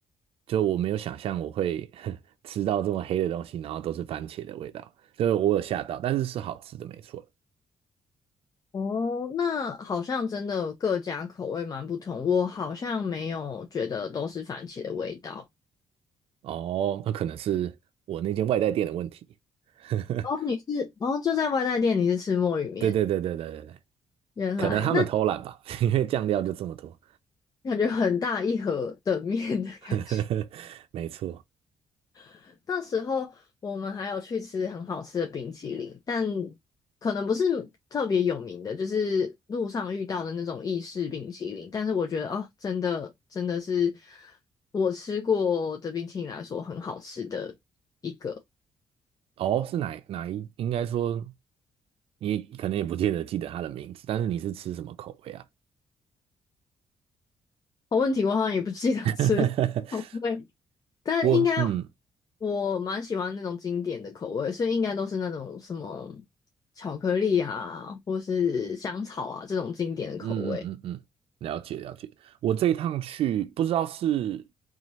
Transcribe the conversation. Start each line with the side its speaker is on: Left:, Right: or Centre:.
Right: 就我没有想象我会 <laughs> 吃到这么黑的东西，然后都是番茄的味道。所以我有吓到，但是是好吃的，没错。
Left: 哦，那好像真的各家口味蛮不同，我好像没有觉得都是番茄的味道。
Right: 哦，那可能是我那间外带店的问题。<laughs>
Left: 哦，你是哦就在外带店，你是吃墨鱼面，
Right: 对对对对对对对，
Left: 原来那。
Right: 可能他们偷懒吧，<laughs> 因为酱料就这么多。
Left: 感觉很大一盒的面的感觉。
Right: <laughs> 没错。
Left: <laughs> 那时候我们还有去吃很好吃的冰淇淋，但可能不是特别有名的，就是路上遇到的那种意式冰淇淋。但是我觉得哦，真的真的是我吃过的冰淇淋来说很好吃的一个。
Right: 哦，是哪哪一？应该说你可能也不见得记得它的名字，但是你是吃什么口味啊？
Left: 好问题我好像也不记得吃什么味
Right: <laughs>
Left: 但应该
Right: 我嗯，
Left: 我蛮喜欢那种经典的口味，所以应该都是那种什么巧克力啊，或是香草啊这种经典的口味。
Right: 嗯嗯嗯嗯，了解了解。我这一趟去，不知道是